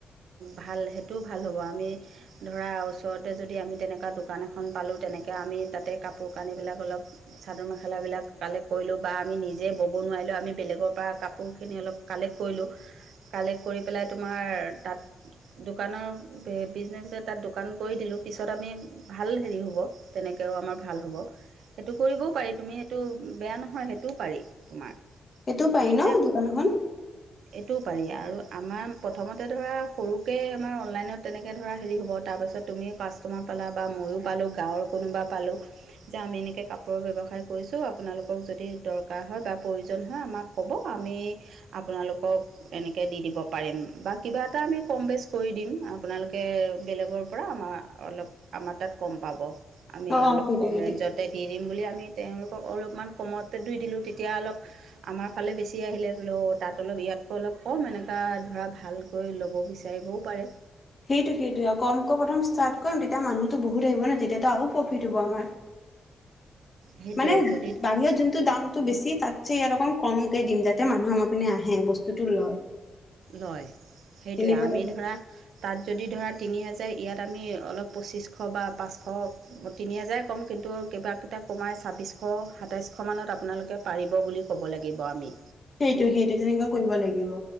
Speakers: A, on the right; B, on the left.
A: ভাল সেইটোও ভাল হ'ব আমি ধৰা ওচৰতে যদি আমি তেনেকুৱা দোকান এখন পালোঁ। তেনেকে আমি তাতে কাপোৰ কানিবিলাক অলপ চাদৰ-মেখেলা বিলাক কালেক্ট কৰিলোঁ বা আমি নিজেই বহি। ব'ব নোৱাৰিলোঁ আমি বেলেগৰ পৰা কাপোৰখিনি অলপ কালেক্ট কৰিলোঁ, কালেক্ট কৰি পেলাই তোমাৰ তাত দোকানৰ বিজনেচ এ তাত দোকান কৰি দিলোঁ পিছত আমি ভাল হেৰি হ'ব তেনেকৈ তেওঁ আমাৰ ভাল হ'ব সেইটো কৰিবও পাৰি তুমি সেইটো বেয়া নহয় সেইটোও পাৰি তোমাৰ
B: সেইটো পাৰি
A: দুইটা
B: ন দোকান এখন
A: এইটোও পাৰি আৰু আমাৰ প্ৰথমতে ধৰা সৰুকৈ আমাৰ অনলাইনত তেনেকৈ ধৰা হেৰি হ'ব তাৰপাছত তুমি কাষ্টমাৰ পালা বা ময়ো পালোঁ। গাঁৱৰ কোনোবা পালো। যে আমি এনেকে কাপোৰৰ ব্যৱসায় কৰিছোঁ আপোনালোকক যদি দৰকাৰ হয় বা প্ৰয়োজন হয় আমাক ক'ব। আমি আপোনালোকক এনেকৈ দি দিব পাৰিম বা। কিবা এটা আমি কম বেছ কৰি দিম আপোনালোকে বেলেগৰ পৰা আমাৰ অলপ আমাৰ তাত কম পাব। আমি
B: অ
A: অলপ
B: সেইটো
A: কম
B: সেইটো
A: ৰেঞ্জতে দি দিম বুলি আমি। তেওঁলোকক অলপমান কমতে দি দিলোঁ। তেতিয়া অলপ আমাৰ ফালে বেছি আহিলে ধৰিলেও তাত অলপ ইয়াত। <unintelligible> অলপ কম এনেকুৱা ধৰা ভালকৈ ল'ব বিচাৰিবও পাৰে।
B: সেইটো সেইটো আৰু কমকৈ প্ৰথম ষ্টাৰ্ট কৰিম তেতিয়া মানুহটো বহুত আহিব নহ তেতিয়াতো আৰু প্ৰফিট হ'ব আমাৰ। <inaudible>
A: সেইটোৱে
B: মানে
A: যদি ধৰা
B: বাহিৰত যোনটো দামতটো বেছি তাত ইয়াত অকণ কমকে দিম যাতে মানুহপিনে আহে বস্তুতটো লয়।
A: লয়, সেইটোৱে
B: তেনেকুৱা
A: আমি
B: টাইপৰ
A: ধৰা তাত যদি ধৰা তিনি হাজাৰ ইয়াত তাত আমি অলপ পঁচিছশ বা পাঁচশ তিনি হাজাৰ ক'ম কিন্তু কিবা কেইটা কমাই ছাব্বিছশ এশ সাতাইছশ মানত আপোনালোকে পাৰিব বুলি ক'ব লাগিব আমি
B: সেইটো সেইটো তেনেকুৱা কৰিব লাগিব।